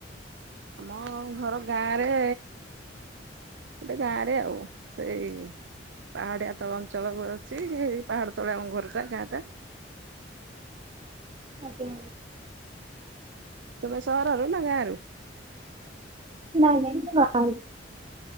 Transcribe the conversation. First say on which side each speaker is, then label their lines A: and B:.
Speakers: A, on the right; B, on the right.
A: ଆମ ଘର ଗାଁ ରେ ଗୋଟେ ଗାଁରେ ଆଉ ସେଇ ପାହାଡିଆ ତଳ ଅଞ୍ଚଳ ଅଛି ହେଇ ପାହାଡ ତଳେ ଆମ ଘରଟା ଗାଁ ଟା।
B: ଆଜ୍ଞା।
A: ତୁମେ ସହର ରୁ ନା ଗାଁ ରୁ?
B: ନାଇଁ ନାଇଁ ମୁଁ ଗାଁ ରୁ।